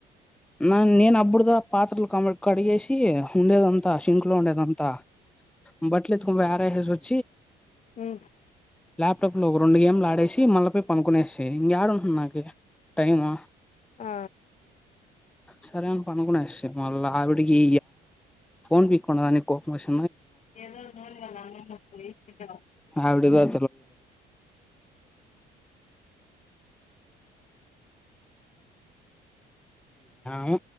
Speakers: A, in the centre; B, on the left.
A: నా నేను అప్పుడుద పాత్రలు క కడిగేసి ఉండేదంతా సింక్లో ఉండేదంతా బట్టలు ఎత్తుకో <inaudible>
B: హ్మ్
A: ల్యాప్టాప్ లో ఒక రెండు గేమ్లు ఆడేసి మళ్ళీ పోయి పనుకునేసి ఇంకా ఏడుంటను నాక టైము
B: ఆ
A: సరే అని పనుకునే మళ్ళీ ఆవిడికి ఫోన్ పిక్ ఉన్నదాని కోపం వస్
B: ఏదో నోయ వళ్ళ అ
A: హవిడి గ ము